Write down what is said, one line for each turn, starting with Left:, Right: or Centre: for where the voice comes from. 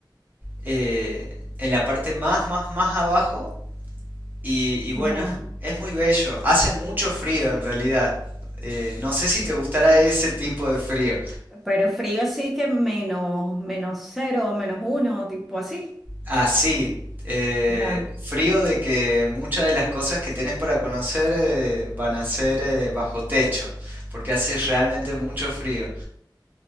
Right: eh, en la parte más, más, más abajo, y, y bueno,
Centre: Ya.
Right: es, es muy bello, hace mucho frío en realidad, Eh, no sé si te gustará ese tipo de frío,
Centre: Pero frío así que menos, menos cero, menos uno, tipo así.
Right: así, eh,
Centre: Ya.
Right: frío de que muchas de las cosas que tenés para conocer eh, van a ser eh, bajo techo, porque hace realmente mucho frío.